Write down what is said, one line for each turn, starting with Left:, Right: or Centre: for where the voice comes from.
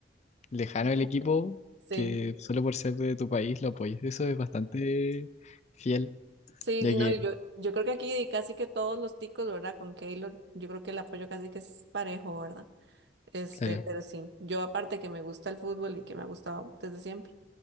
Left: lejano el equipo,
Right: Sí.
Left: que solo por ser de tu país lo apoyes. Eso es bastante fiel,
Right: Sí,
Left: ya
Right: sí,
Left: que,
Right: no, y yo, yo creo que aquí casi que todos los ticos, ¿verdad? Con Keylor, yo creo que el apoyo casi que es parejo, ¿verdad? Este,
Left: claro,
Right: pero sí, yo aparte que me gusta el fútbol y que me ha gustado desde siempre,